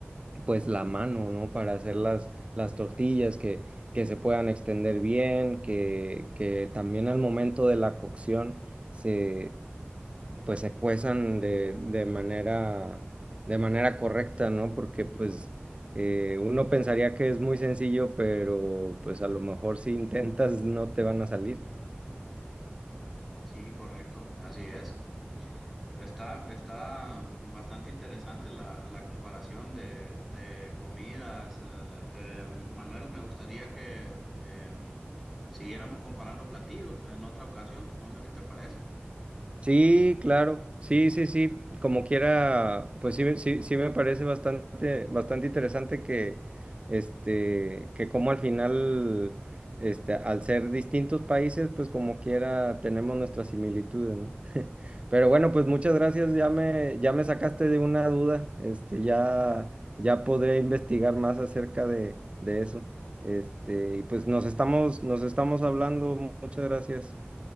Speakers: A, on the right; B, in the centre.
A: pues la mano, ¿no? Para hacer las, las tortillas que, que se puedan extender bien, que, que también al momento de la cocción se, pues se cuezan de, de manera, de manera correcta, ¿no? Porque pues... eh, uno pensaría que es muy sencillo, pero pues a lo mejor si intentas no te van a salir.
B: Sí, correcto, así es. Está, está bastante interesante la, la comparación de, de comidas. eh, eh, Manuel, me gustaría que eh, siguiéramos comparando platillos en otra ocasión. No sé qué te parece.
A: Sí, claro, sí, sí, sí, como quiera, pues sí, me- sí, sí me parece bastante, bastante interesante que, este, que como al final, este, al ser distintos países, pues como quiera tenemos nuestras similitudes, ¿no? <laughs> Pero bueno, pues muchas gracias, ya me, ya me sacaste de una duda, este, ya, ya podré investigar más acerca de, de eso, este, y pues nos estamos, nos estamos hablando, muchas gracias,